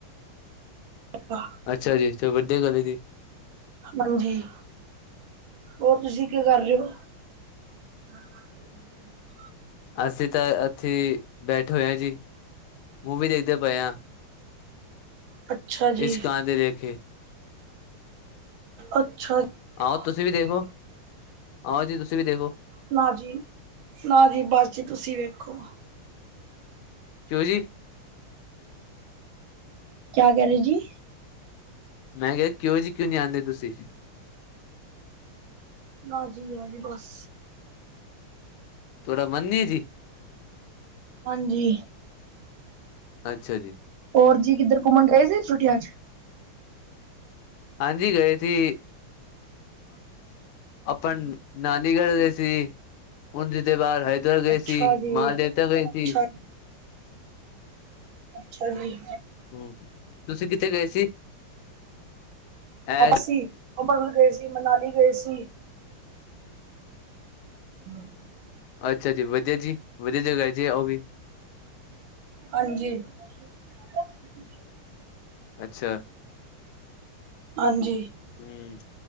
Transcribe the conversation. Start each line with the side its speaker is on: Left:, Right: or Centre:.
Right: ਆਪਾ।
Left: ਅੱਛਾ ਜੀ ਚਲੋ ਵਧੀਆ ਗੱਲ ਹੈ ਜੀ।
Right: ਹਾਂਜੀ ਹੋਰ ਤੁਸੀਂ ਕਿ ਕਰ ਰਹੇ ਹੋ। <unintelligible>
Left: ਅਸੀਂ ਤਾਂ ਇੱਥੇ ਬੈਠੇ ਹੋਏ ਹਾ ਜੀ ਮੂਵੀ ਦੇਖਦੇ ਪਏ ਹਾਂ।
Right: ਅੱਛਾ ਜੀ।
Left: ਇਸ਼ਕਾਂ ਦੇ ਲੇਖੇ
Right: ਅੱਛਾ ਜੀ।
Left: ਆਓ ਤੁਸੀਂ ਵੀ ਦੇਖੋ ਆਓ ਜੀ ਤੁਸੀਂ ਵੀ ਦੇਖੋ
Right: ਨਾ ਜੀ। ਨਾ ਜੀ ਬਸ ਜੀ ਤੁਸੀਂ ਵੇਖੋ।
Left: ਕਿਉ ਜੀ।
Right: ਕਿਆ ਕਹਿ ਰਹੇ ਜੀ।
Left: ਮੈਂ ਕਿਹਾ ਕਿਉਂ ਜੀ ਕਿਉਂ ਨਹੀਂ ਆਦੇ ਤੁਸੀਂ।
Right: ਨਾ ਜੀ, ਨਾ ਜੀ ਬਸ।
Left: ਤੁਹਾਡਾ ਮਨ ਨਹੀ ਜੀ।
Right: ਹਾਂਜੀ।
Left: ਅੱਛਾ ਜੀ।
Right: ਹੋਰ ਜੀ ਕਿੱਧਰ ਘੁੰਮਣ ਗਏ ਸੀ ਛੁੱਟੀਆਂ 'ਚ।
Left: ਹਾਂਜੀ ਗਏ ਸੀ। ਆਪਾਂ ਨਾਨੀਘਰ ਗਏ ਸੀ। ਉਜ ਤੇ ਬਸ ਏਧਰ ਗਏ
Right: ਅੱਛਾ
Left: ਸੀ।
Right: ਜੀ।
Left: ਮਾਲਦੇਵ
Right: ਅੱਛਾ
Left: ਗਏ ਸੀ। <unintelligible>
Right: ਅੱਛਾ ਜੀ।
Left: ਹੂੰ ਤੁਸੀਂ ਕਿੱਥੇ ਗਏ ਸੀ। ਐ
Right: ਅਸੀਂ ਆਪਾਂ ਥੋੜੇ ਗਏ ਸੀ ਮਨਾਲੀ ਗਏ ਸੀ। ਹਾਂ।
Left: ਅੱਛਾ ਜੀ ਵਧੀਆ ਜੀ ਵਧੀਆ ਜਗ੍ਹਾ ਹੈ ਜੀ ਆ ਉਹ ਵੀ।
Right: ਹਾਂਜੀ। <inaudible>
Left: ਅੱਛਾ।
Right: ਹਾਂਜੀ
Left: ਹੂੰ